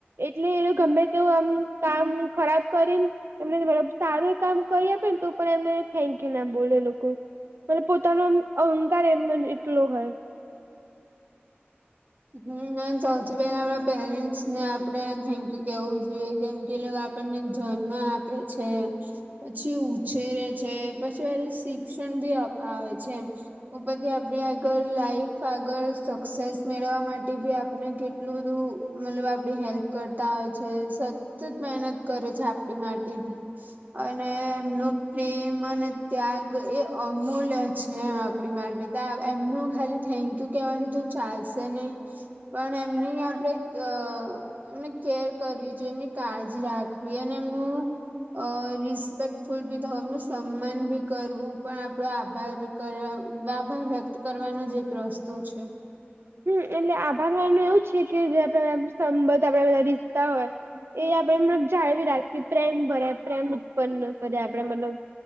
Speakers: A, on the right; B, on the right.
A: એટલે એ ગમે તે આમ કામ ખરાબ કરીને એમને મબ સારું એ કામ કરી આપે ને તો પણ એમને થેન્કયુ નામ બોલે લોકો. પણ પોતાનો અહંકાર એમ એટલો હોય.
B: હમ્મ, નામ ચાલ છ પેલા આપણા પેરેન્ટ્સ ને આપડે થેન્ક યુ. કેવું જોઈએ કેમ કે લોકો આપણને જન્મ આપે છે. પછી ઉછેરે છે પછી શિક્ષણ ભી અપાવે છે. બધી આપણે આગળ લાઈફ આગળ સક્સેસ મેળવવા માટે ભી આપને કેટલું બધું મતલબ આપડી હેલ્પ કરતા હોય છે. જ મહેનત કરે છે આપણી માટે ભી અને એમનો પ્રેમ અને ત્યાગ એ અમૂલ્ય છે એમ આપડી માટે તો એમનું ખાલી થેન્કયુ કેવાથીીધું ચાલશે નહી. પણ એમની આપડણે અ એમને કેર કરવી જોઈએ એમની કાળજી રાખવી અને એમનું અ રિસ્પેક્ટફુલ બી થવનું સન્માન બી કરવું પણ આપડો આભાર. આભાર વ્યક્ત કરવાનો જ એક રસ્તો છે.
A: હમ એટલે આભારવાન છે કે જે આપે સંબંધ આપડે બધા રીતતા હોય. એ આપણેે મતલબ જાળવી રાખીએ પ્રેમ ભરે પ્રેમ ઉત્પન્ન કરે આપણેે મતલબ